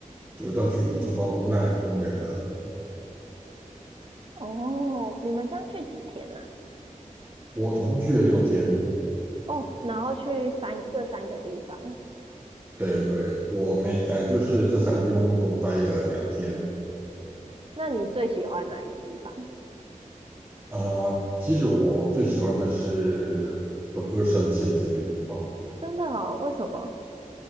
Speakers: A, on the right; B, on the right.
A: 走一段距离就到奈良公园了。
B: 哦，你们这样去几天呢？
A: 我总共去了六天，
B: 哦，然后去三这三个地方，
A: 对对，我没，呃，就是这三个地方都待了两天。
B: 那你最喜欢哪一个地方？
A: 呃，其实我最喜欢的是和歌山县这个地方，
B: 真的哦，为什么？